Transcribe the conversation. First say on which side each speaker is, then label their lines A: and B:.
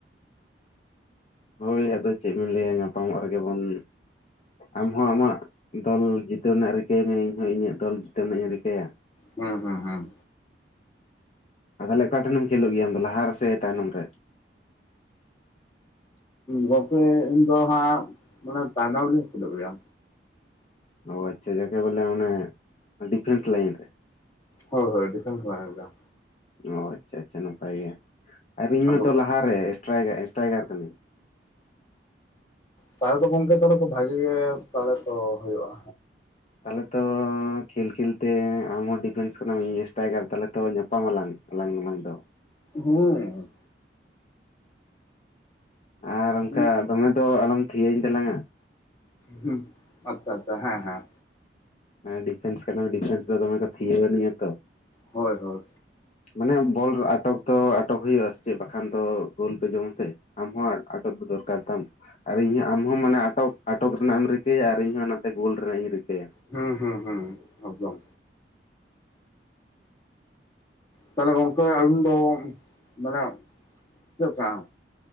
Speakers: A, on the left; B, on the left.
A: ᱦᱳᱭ ᱟᱫᱚ ᱪᱮᱫ ᱵᱤᱱ ᱞᱟᱹᱭᱟ ᱧᱟᱯᱟᱢᱚᱜ ᱨᱮᱜᱮ ᱵᱚᱱ ᱟᱢᱦᱚᱸ ᱟᱢᱟᱜ ᱫᱚᱞ ᱡᱤᱛᱟᱹᱣ ᱨᱮᱱᱟᱜ ᱨᱤᱠᱟᱹᱭ ᱢᱮ ᱤᱧᱦᱚᱸ ᱤᱧᱟᱹᱜ ᱫᱚᱞ ᱡᱤᱛᱟᱹᱣ ᱨᱮᱱᱟᱜ ᱤᱧ ᱨᱤᱠᱟᱹᱭᱟ
B: ᱦᱩᱸ ᱦᱩᱸ ᱦᱩᱸ
A: ᱟ ᱛᱟᱞᱦᱮ ᱚᱠᱟ ᱴᱷᱮᱱᱮᱢ ᱠᱷᱮᱞᱳᱜ ᱜᱮᱭᱟ ᱟᱢᱫᱚ ᱫᱚ ᱞᱟᱦᱟ ᱨᱮ ᱥᱮ ᱛᱟᱭᱱᱚᱢ ᱨᱮ
B: ᱜᱚᱢᱠᱮ ᱤᱧ ᱫᱚ ᱦᱟᱸᱜ ᱢᱟᱱᱮ ᱛᱟᱭᱱᱚᱢ ᱨᱤᱧ ᱠᱷᱮᱞᱳᱜ ᱜᱮᱭᱟ
A: ᱚ ᱟᱪᱪᱷᱟ ᱡᱟᱠᱮ ᱵᱚᱞᱮ ᱢᱟᱱᱮ ᱰᱤᱯᱷᱮᱱᱥ ᱞᱟᱭᱤᱱ ᱨᱮ
B: ᱦᱳ ᱦᱳᱭ ᱰᱤᱯᱷᱮᱱᱥ ᱞᱟᱭᱤᱱ ᱨᱮ
A: ᱚ ᱟᱪᱪᱷᱟ ᱟᱪᱪᱷᱟ ᱱᱟᱯᱟᱭ ᱜᱮ ᱟᱨ ᱤᱧ
B: ᱟᱫᱚ
A: ᱢᱟᱛᱚ ᱞᱟᱦᱟᱨᱮ ᱥᱴᱟᱭ ᱥᱴᱟᱭᱜᱟᱨ ᱠᱟᱱᱤᱧ
B: ᱛᱟᱦᱚᱞᱮ ᱫᱚ ᱜᱚᱢᱠᱮ ᱛᱚ ᱛᱟᱦᱚᱞᱮ ᱵᱷᱟᱜᱮ ᱜᱮ ᱯᱟᱞᱮ ᱛᱚ ᱦᱳᱭᱳᱜᱼᱟ
A: ᱛᱟᱞᱦᱮ ᱛᱚ ᱠᱷᱮᱞ ᱠᱷᱮᱞ ᱛᱮ ᱟᱢᱦᱚᱸ ᱰᱤᱯᱷᱮᱱᱥ ᱠᱟᱱᱟᱢ ᱤᱧ ᱥᱴᱟᱭᱜᱟᱨ ᱛᱟᱞᱦᱮ ᱛᱚ ᱧᱟᱯᱟᱢ ᱟᱞᱟᱝ ᱟᱞᱟᱝ ᱱᱟᱞᱟᱝ ᱫᱚ
B: ᱦᱩᱸ
A: ᱟᱨ ᱚᱱᱠᱟ
B: ᱩᱸ
A: ᱫᱚᱢᱮ ᱫᱚ ᱟᱞᱚᱢ ᱛᱷᱤᱭᱟᱹᱧ ᱛᱟᱞᱟᱝᱟ
B: ᱦᱩᱸ ᱟᱪᱪᱷᱟ ᱟᱪᱪᱷᱟ ᱦᱮᱸ ᱦᱮᱸ
A: ᱦᱮᱸ ᱰᱤᱯᱷᱮᱱᱥ ᱠᱟᱱᱟᱢ ᱰᱤᱯᱷᱮᱱᱥ ᱫᱚ ᱫᱚᱢᱮ ᱠᱚ ᱛᱷᱤᱭᱟᱹ ᱟᱱᱤᱡ ᱟᱛᱚ
B: ᱦᱳᱭ ᱦᱳᱭ
A: ᱢᱟᱱᱮ ᱵᱚᱞ ᱟᱴᱚᱠ ᱛᱚ ᱟᱴᱚᱠ ᱦᱩᱭᱩᱜᱼᱟ ᱥᱮ ᱪᱮᱫ ᱵᱟᱠᱷᱟᱱ ᱫᱚ ᱜᱳᱞ ᱯᱮ ᱡᱚᱢᱟ ᱥᱮ ᱟᱢ ᱦᱚᱸ ᱟᱴᱚᱠ ᱫᱚ ᱫᱚᱨᱠᱟᱨ ᱛᱟᱢ ᱟᱨ ᱤᱧᱦᱚᱸ ᱟᱢ ᱦᱚᱸ ᱢᱟᱱᱮ ᱟᱴᱚᱠ ᱟᱴᱚᱠ ᱨᱮᱱᱟᱜ ᱮᱢ ᱨᱤᱠᱟᱹᱭᱟ ᱟᱨ ᱤᱧᱦᱚᱸ ᱚᱱᱟᱛᱮ ᱜᱳᱞ ᱨᱮᱱᱟᱜ ᱤᱧ ᱨᱤᱠᱟᱹᱭᱟ
B: ᱦᱩᱸ ᱦᱩᱸ ᱦᱩᱸ ᱮᱠᱫᱚᱢ ᱛᱟᱞᱦᱮ ᱜᱚᱢᱠᱮ ᱟᱹᱞᱤᱧ ᱫᱚ ᱢᱟᱱᱮ ᱪᱮᱫ ᱠᱟᱱᱟ